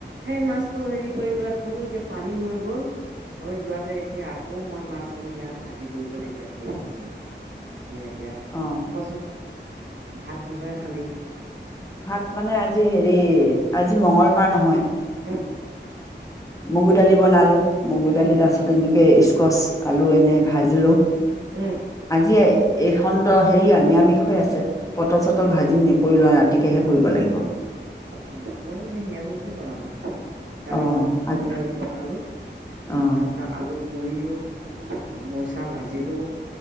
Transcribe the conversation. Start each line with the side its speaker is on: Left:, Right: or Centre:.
Right: সেই মাছটো হেৰি কৰি পেলাই থলো এতিয়া পানী হৈ গ'ল হৈ যোৱাতে এতিয়া আকৌ মই মাছখিনি সেয়া ভাজি কৰি পেলাই এতিয়া থৈ আহিছোঁ। এ এতিয়া
Left: অ',
Right: কচোন। ভাত কিহেৰে খালী?
Left: ভাত মানে আজি হেৰি। আজি মংগলবাৰ নহয়।
Right: হম।
Left: মগু দালি বনালো। মগুৰ দালি
Right: উম উম
Left: তাৰপিছত এনেকে স্কচ, আলু এনেই ভাজিলো।
Right: উম
Left: আজি এইখন হেৰি নিৰামিষ হৈ আছে। পটল চটল ভাজি নকৰিলোঁ আৰু ৰাতি। ৰাতিকেহে কৰিব লাগিব।
Right: উম, ময়ো সেই নিৰামিষেই বনালো। দালি
Left: অ',
Right: বনা মগুৰ
Left: আজি
Right: দালি বনালো।
Left: অ',
Right: তাৰপিছত আলু পুৰিলোঁ। মৰিচা ভাজিলোঁ।